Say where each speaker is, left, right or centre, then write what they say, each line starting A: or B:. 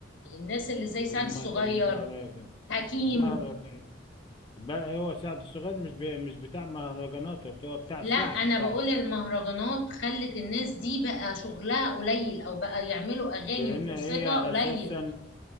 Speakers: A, on the left; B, on the left.
A: الناس اللي زي سعد
B: الم...
A: الصغير
B: المهرجان
A: حكيم
B: المهرجان بقى هو سعد الصغير مش بي... مش بتاع مهرجانات هو بتاع
A: لا
B: شعبي
A: انا
B: شعبي
A: بقول المهرجانات خلت الناس دي بقى شغلها قليل او بقى يعملوا اغاني
B: لان
A: وفرصتها
B: هي
A: قليل
B: اساسا